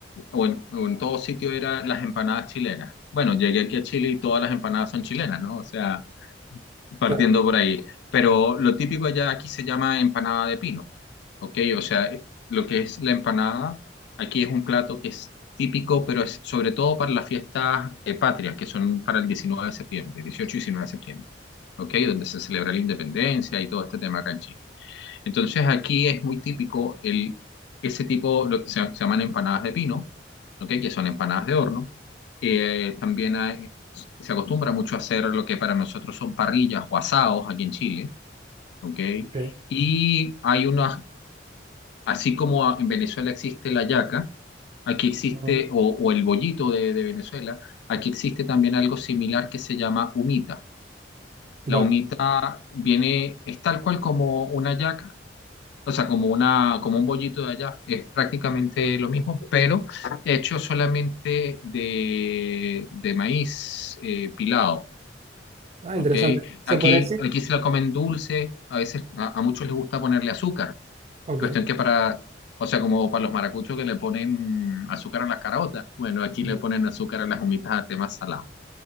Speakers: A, on the left; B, on the right.
A: o en, o en todo sitio, era las empanadas chilenas. Bueno, llegué aquí a Chile y todas las empanadas son chilenas, ¿no? O sea, partiendo
B: Claro,
A: por ahí. Pero lo típico allá aquí se llama empanada de pino, ¿ok? O sea, lo que es la empanada, aquí es un plato que es típico, pero es sobre todo para las fiestas eh, patrias, que son para el 19 de septiembre, 18 y 19 de septiembre, ¿ok? Donde se celebra la independencia y todo este tema acá en Chile. Entonces aquí es muy típico el, ese tipo, lo que se, se llaman empanadas de pino, ¿ok? que son empanadas de horno. Eh, también hay- se acostumbra mucho a hacer lo que para nosotros son parrillas o asados aquí en Chile. ¿ok?
B: ok.
A: Y hay unas, así como en Venezuela existe la yaca, aquí existe,
B: Ujú.
A: o, o el bollito de, de Venezuela, aquí existe también algo similar que se llama humita.
B: Vale.
A: La humita viene, es tal cual como una yaca o sea, como una, como un bollito de allá. Es prácticamente lo mismo, pero hecho solamente de, de maíz eh, pilado.
B: Ah,
A: ¿ok?
B: interesante. ¿Se
A: Aquí,
B: puede decir?
A: aquí se la comen dulce, a veces a, a muchos les gusta ponerle azúcar.
B: Ok.
A: Cuestión que para, o sea, como para los maracuchos que le ponen azúcar a las caraotas. Bueno, aquí
B: Ujú.
A: le ponen azúcar a las humitas a temas salados.